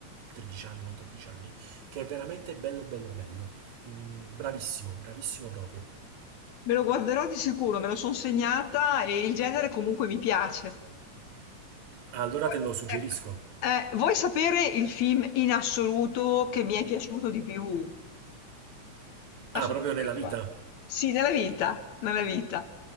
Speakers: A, on the right; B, on the left.
A: 13 anni, 14 anni, che è veramente bello, bello, bello. Mm, bravissimo, bravissimo proprio.
B: me lo guarderò di sicuro, me lo sono segnata e il genere comunque mi piace.
A: Ah, Allora
B: Poi,
A: te lo suggerisco.
B: Ecco, eh, vuoi sapere il film in assoluto che mi è piaciuto di più? Adesso
A: Ah, proprio
B: te lo
A: nella
B: dico,
A: vita?
B: va. Sì, nella vita, nella vita.